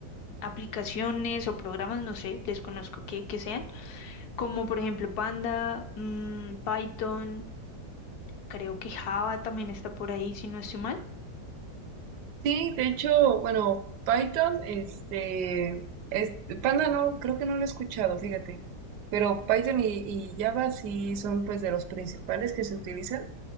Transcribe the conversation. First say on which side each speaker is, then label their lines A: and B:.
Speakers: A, on the left; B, on the right.
A: aplicaciones o programas, no sé, desconozco qué, qué sean como por ejemplo Panda, mm, Python, creo que Java también está por ahí, si no estoy mal.
B: Sí, de hecho, bueno, Python, este, es- Panda no, creo que no lo he escuchado, fíjate, pero Python y, y Java sí son pues de los principales que se utilizan.